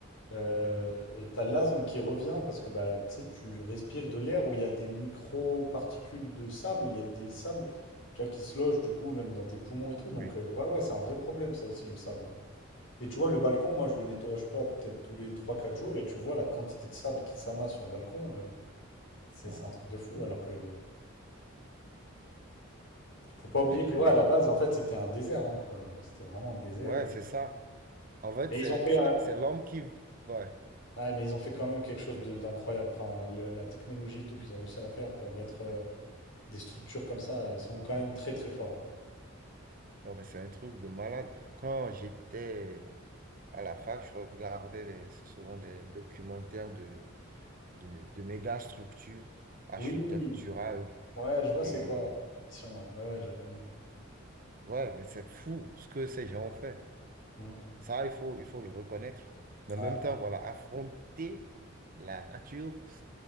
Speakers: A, on the left; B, on the right.
A: Euh,
B: Mm,
A: et t'as l'asthme qui revient parce que bah, tu sais, tu respires de l'air où il y a des micro-particules de sable, il y a des sables, tu vois, qui se logent du coup même dans tes poumons et tout. Donc
B: Oui,
A: euh, ouais, ouais, c'est un vrai problème ça aussi le sable. hein. Et tu vois, le balcon, moi je le nettoie pas peut-être tous les trois quatre jours et tu vois la quantité de sable qui s'amasse sur le balcon, euh, c'est
B: Bon,
A: c'est un truc de fou. Alors que faut pas
B: ouais,
A: oublier
B: j'imagine.
A: que ouais, à la base, en fait, c'était un désert, hein, quoi. C'était vraiment un désert.
B: Ouais,
A: et-
B: c'est ça. En fait,
A: Mais
B: c'est
A: ils ont fait,
B: c'est-
A: euh,
B: c'est l'homme qui... Ouais,
A: ouais, mais ils ont fait quand même quelque chose de- d'incroyable. Enfin, le- la technologie et tout qu'ils ont réussi à faire pour mettre. euh, Des structures comme ça, ils sont quand même très très forts.
B: non, mais c'est un truc de malade. Quand j'étais à la fac, je regardais des- souvent des documentaires de, de, de méga structures architecturales.
A: Oui, ouais, je vois
B: Et
A: c'est quoi l'émission, ouais. ouais, ouais, je la connais.
B: ouais, mais c'est fou ce que ces gens ont fait.
A: Mm.
B: Ça, il faut, il faut le reconnaître. Mais en
A: Ouais,
B: même temps, voilà, affronter la nature,